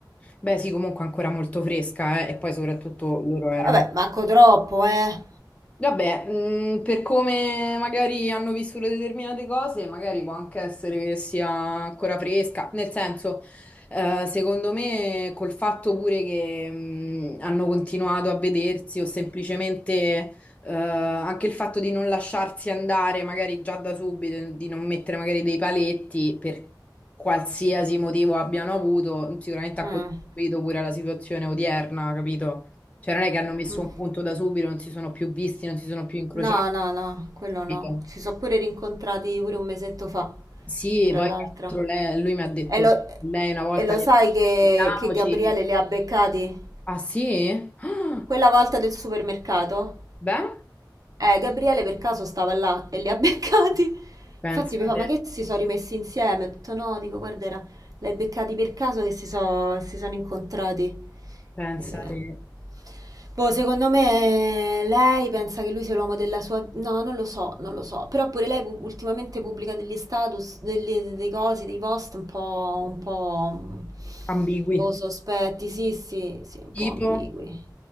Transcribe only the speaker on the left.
Beh, sì, comunque ancora molto fresca, eh, E poi soprattutto loro erano
Vabbè, mh, per come magari hanno vissuto determinate cose, magari può anche essere che sia ancora fresca. Nel senso, eh, secondo me, col fatto pure che mh, hanno continuato a vedersi o semplicemente eh, anche il fatto di non lasciarsi andare magari già da subito, di non mettere magari dei paletti per qualsiasi motivo abbiano avuto, sicuramente ha
contribuito pure alla situazione odierna, capito? Cioè non è che hanno messo
un punto da subito, non si sono più visti, non si sono più incrociati,
capito?
Sì,
e poi
tra l'altro lei- lui mi ha detto
che lei una volta
gli
ha detto
"Sentiamoci".
Ah sì? Ah,
beh,
pensate,
pensate,
ambigui.
Tipo?